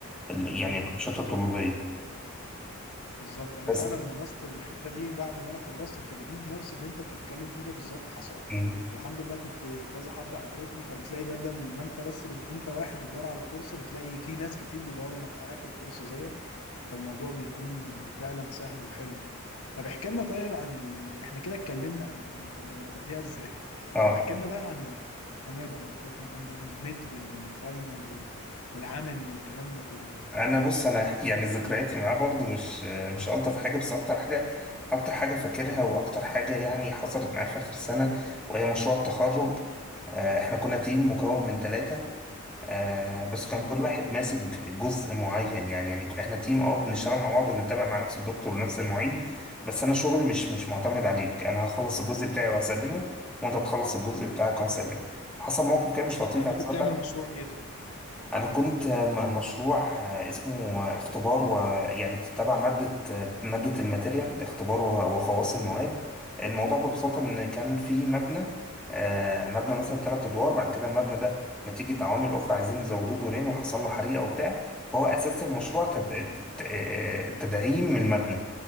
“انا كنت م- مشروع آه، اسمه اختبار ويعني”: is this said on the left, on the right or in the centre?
Centre